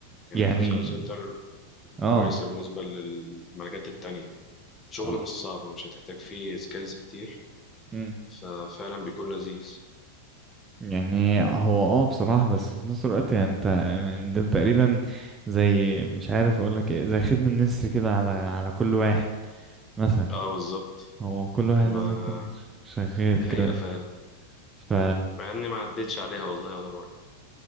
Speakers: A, on the left; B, on the right.
A: يعني
B: يعني
A: فلوس كول سنتر
B: اه
A: كويسه بالنسبه للمجالات التانية شغل
B: اه
A: مش صعب ومش هتحتاج فيه سكيلز كتير
B: مم.
A: ففعلا بيكون لذيذ
B: يعني هو اه بصراحة بس في نفس الوقت يعني انت يعني ده انت تقريبا زي مش عارف اقول لك ايه زي خدمة النسر كده على على كل واحد مثلا
A: اه بالظبط
B: هو كل واحد
A: ما
B: لازم يكون شغال
A: دي حقيقه
B: كده
A: فعلا
B: ف
A: مع اني ما عدتش عليها والله ولا مره